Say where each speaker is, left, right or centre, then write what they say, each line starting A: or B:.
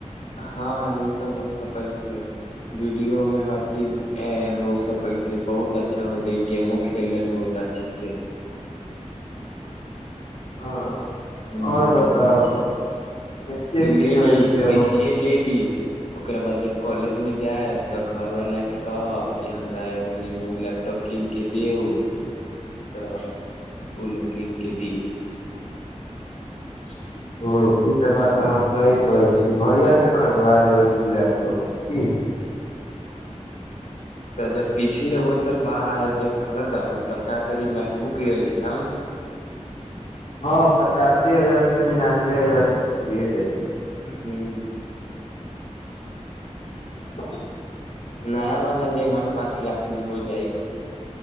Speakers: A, on the left; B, on the left.
A: हँ ई तऽ हो सकै छै वीडियो मे हर चीज ऐ हो सकै छै बहुत अच्छा हो जाय गेमो खेलले बहुत त छैय से
B: हा
A: ह
B: ओर बताउ देखिये
A: तऽ
B: की
A: ले
B: होइ
A: ली
B: छै
A: पी
B: अब हमे
A: सी ए ले ली ओकर बाद जब कॉलेज में जायब तऽ घरवाला के कहब कि हमरा एगो नीमन लैपटॉप कीन के दिऊ तऽ ओ लोक किन के दी <inaudible>
B: ओ ई तऽ बात आहाँ सहि कहे छी भैया से खरीदवा लेबे छी लैपटॉप की <inaudible>
A: तऽ जब पीसी रउआ तर बाह जब खरीदम तऽ का करी मैकबुक लेली हम
B: हँ पचासी हजार से निनानबे हजार तक तऽ होइए जाइ छैय
A: हू म्मऽ
B: <inaudible>
A: नया वाला लेहम पाँच लाख मे हो जाइ